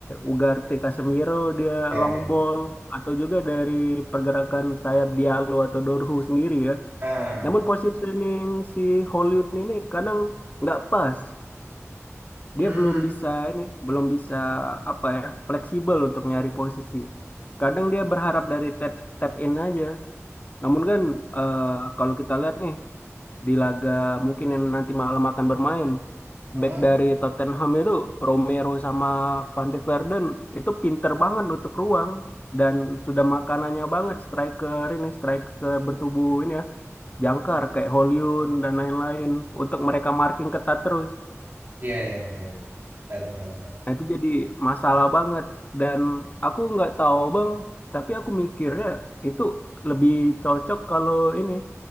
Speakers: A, on the left; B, on the right.
A: Ugarte Casemiro dia
B: Ya,
A: long
B: ya.
A: ball atau juga dari pergerakan sayap Diallo atau Dorhu sendiri ya.
B: Ah.
A: Namun positioning si Hollywood ini kadang nggak pas.
B: Hmm.
A: Dia belum bisa ini, belum bisa apa ya, fleksibel untuk nyari posisi. Kadang dia berharap dari tap, tap in aja. Namun kan eh, kalau kita lihat nih di laga mungkin yang nanti malam akan bermain,
B: Hmm.
A: back dari Tottenham itu Romero sama Van de Verden itu pinter banget nutup ruang dan sudah makanannya banget striker ini striker bertubuh ini ya jangkar kayak Hollywood dan lain-lain untuk mereka marking ketat terus.
B: Ya, ya, ya, ya. Benar, benar, benar.
A: Nah, itu jadi masalah banget. Dan aku nggak tahu bang, tapi aku mikirnya itu lebih cocok kalau ini